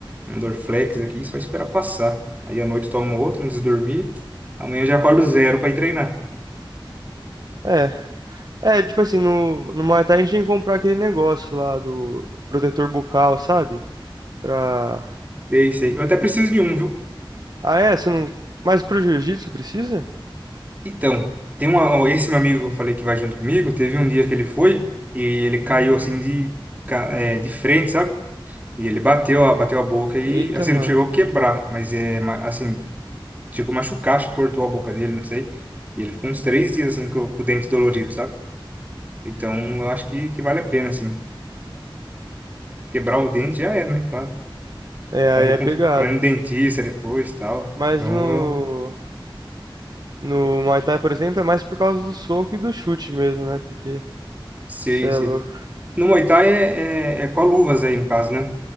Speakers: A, on the right; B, on the right.
A: um Dorflex aqui, só esperar passar. Aí à noite eu tomo outro antes de dormir, amanhã eu já acordo zero pra ir treinar.
B: É. É, tipo assim, no, no Muay Thai a gente tem que comprar aquele negócio lá do protetor bucal, sabe? Pra.
A: É isso aí. Eu até preciso de um, viu?
B: Ah, é? Você não. Mas pro jiu-jitsu precisa?
A: Então, tem uma, ó, esse meu amigo que eu falei que vai junto comigo, teve um dia que ele foi e ele caiu assim de, ca- é, de frente, sabe? E ele bateu, a- bateu a boca e,
B: Eita,
A: assim,
B: mano.
A: não chegou a quebrar, mas é, ma- assim, chegou a machucar, acho que cortou a boca dele, não sei. E ele ficou uns três dias, assim, com, com o dente dolorido, sabe? Então, eu acho que, que vale a pena, assim. Quebrar o dente já era, né? Pra,
B: É, aí
A: pra, recon-
B: é pegado.
A: pra ir no dentista depois e tal.
B: Mas
A: Então,
B: no.
A: eu
B: No Muay Thai, por exemplo, é mais por causa do soco e do chute mesmo, né? Porque.
A: sei,
B: Você é
A: sei.
B: louco.
A: No Muay Thai é, é, é com a luvas aí, no caso, né?